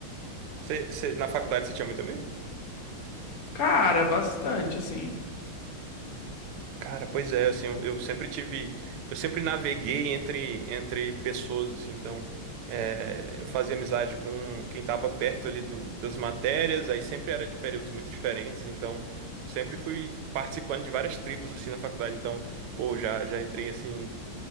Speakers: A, on the right; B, on the left.
A: Você, você- na faculdade você tinha muito amigo?
B: Cara, bastante, assim.
A: Cara, pois é, assim, eu, eu sempre tive, eu sempre naveguei entre entre pessoas, assim, então é, eu fazia amizade com quem estava perto ali do- das matérias, aí sempre era de períodos muito diferentes, então sempre fui participando de várias tribos assim na faculdade, então, pô, já já entrei assim